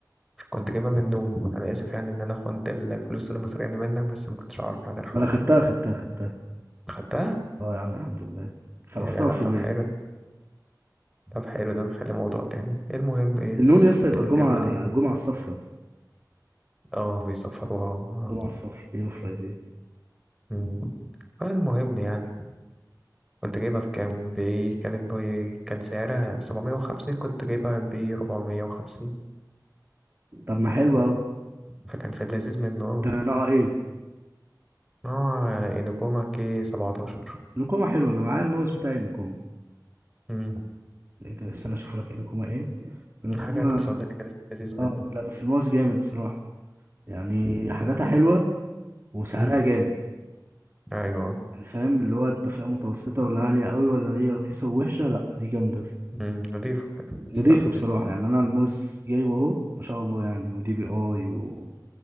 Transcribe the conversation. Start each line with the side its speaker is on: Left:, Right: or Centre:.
Centre: كنت جايبها من نون انا اسف يعني ان انا خنت الفلوس اللي مسرقينها منك بس ما كنتش اعرف عن الحوار
Right: ما انا خدتها خدتها خدتها
Centre: خدتها
Right: اه يا عم الحمد لله صرفتها
Centre: يا جدع
Right: في
Centre: طب
Right: يومين
Centre: حلو طب حلو ده نخلي موضوع تاني المهم ايه
Right: النون يا اسطى
Centre: نتكلم
Right: يبقى الجمعة
Centre: فيه بعدين
Right: الجمعة الصفراء
Centre: اه بيسفروها هم. اه
Right: الجمعة الصفراء يلو فرايداي
Centre: مم. فالمهم يعني كنت جايبها بكام ب كانت ب كان سعرها 750 كنت جايبها ب 450
Right: طب ما حلو قوي
Centre: فكان في اللذيذ منه اه
Right: ده انا آه ايه
Centre: نوع انوكوما كي 17
Right: نكومة حلوه انا معايا الماوس بتاعي نكومة
Centre: امم
Right: استنى اشوف لك نكومة ايه نكومة
Centre: حاجة اقتصادية كده في اللذيذ منه
Right: اه لا بس الماوس جامد بصراحة يعني حاجاتها حلوة وسعرها
Centre: امم
Right: جامد
Centre: ايوه
Right: يعني فاهم اللي هو انت فئة متوسطة ولا عالية قوي ولا هي رخيصة ووحشة لا دي جامدة يا اسطى.
Centre: امم نضيف
Right: نضيفة
Centre: استحمل
Right: بصراحة يعني انا الماوس جايبه اهو ما شاء الله يعني ودي بي اي و...